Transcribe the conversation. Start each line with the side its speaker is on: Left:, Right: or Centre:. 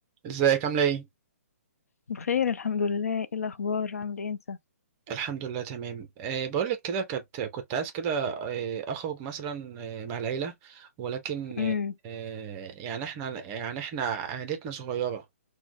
Right: ازيك عاملة ايه؟
Left: بخير الحمد لله ايه الاخبار عامل ايه انت
Right: الحمد لله تمام أه بقولك كده كنت كنت عايز كده أه اخرج مثلا آه، مع العيلة ولكن
Left: امم
Right: أه آه، يعني احنا يعني احنا عائلتنا صغيرة